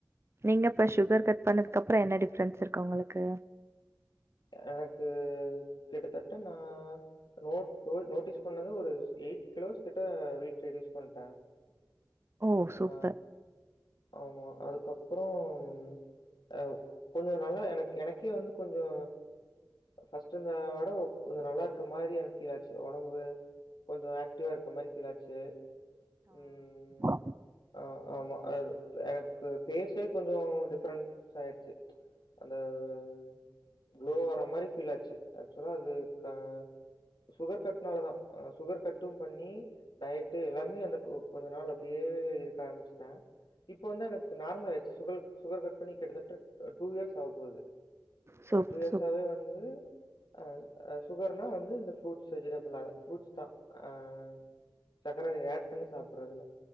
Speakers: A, on the right (about 35°); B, on the left (about 85°).
A: நீங்க இப்ப சுகர் கட் பண்ணதுக்கப்புறோ என்ன டிஃபரன்ஸ் இருக்கு உங்களுக்கு
B: எனக்கு கிட்டத்தட்ட நான் ந நோட்டீஸ் பண்ணது ஒரு எயிட் கிலோஸ் கிட்ட வெய்ட் ரெடியூஸ் பண்ணிட்டேன்
A: ஓ சூப்பர்
B: ஆ ஆமா அதுக்கப்பறம் அஹ் கொஞ்சோ நல்லா எனக்கு எனக்கே வந்து கொஞ்சோ து ஃபர்ஸ்ட் இருந்த விடவு கொஞ்சோ நல்லா இருக்க மாறி எனக்கு ஃபீல் ஆச்சு உடம்பு கொஞ்சோ ஆக்டிவா இருக்க மாதிரி ஃபீல் ஆச்சு உம்
A: ஆ
B: ஆஹ் ஆமா அது எனக்கு பேச கொஞ்சோ டிஃப்ரெண்ட் ஆயிடுச்சு அந்த ஓ குளோ வர்ர மாதிரி ஃபீல் ஆச்சு ஆக்சுவலா அது கா சுகர் கட்னாலதா சுகர் கட்டும் பண்ணி டயட்டு எல்லாமே அந்த ஓ கொஞ்ச நாள் அப்டியே இருக்க ஆரம்பிச்சுட்டேன் இப்ப வந்து எனக்கு நார்மல் ஆயிடுச்சு சுக சுகர் கட் பண்ணி கிட்டத்தட்ட டூ டூ இயர்ஸ் ஆக போகுது
A: சூப்
B: அஹ டூ இயர்ஸாவே
A: சூப்
B: வந்து அஹ சுகர்னா வந்து இந்த ஃப்ரூட்ஸ் வெஜிடபிள்ல ஃப்ரூட்ஸ் தான் அஹ் சக்கர ஆட் பண்ணி சாப்படறதில்ல